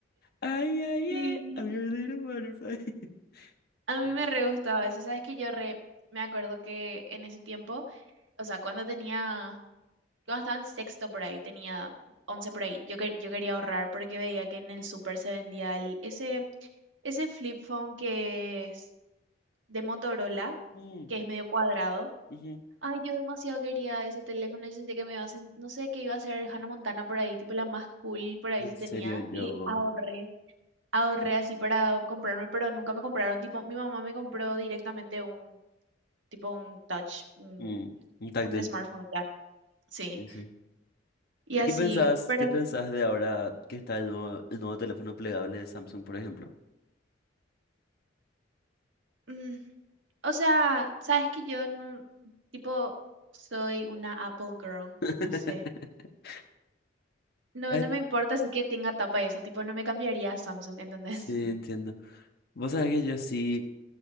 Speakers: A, on the left; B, on the right.
A: Ay, ay,
B: Sí,
A: ay, I'm your little butterfly. <laughs>
B: A mí
A: Ese.
B: me re gustaba eso. Sabes que yo re, me acuerdo que en ese tiempo, o sea, cuando tenía Yo cuando estaba en sexto por ahí, tenía 11 por ahí. Yo, quer- yo quería ahorrar porque veía que en el súper se vendía el, ese, ese flip phone que es de Motorola,
A: Mm,
B: que es medio cuadrado.
A: ujú.
B: Ay, yo demasiado quería ese teléfono. Yo sentía que me iba a sen- no sé, qué iba a ser Hannah Montana por ahí, tipo la más cool por ahí
A: En
B: sí
A: serio,
B: tenía.
A: yo.
B: Y ahorré, ahorré así para comprarme, pero nunca me compraron. Tipo, mi mamá me compró directamente un, tipo un touch, un,
A: Mm, un táctil.
B: un smartphone ya. Sí,
A: Sí, sí.
B: y así,
A: ¿Y qué pensás,
B: pero...
A: qué pensás de ahora que está el nuevo, el nuevo teléfono plegable de Samsung, por ejemplo?
B: ujú. O sea, sabes que yo no, tipo, soy una Apple girl,
A: <laughs>
B: no sé. No,
A: Ay,
B: no me importa si que tenga tapa y eso, tipo, no me cambiaría a Samsung, ¿entendés?
A: sí,
B: <laughs>
A: entiendo. Vos sabés que yo sí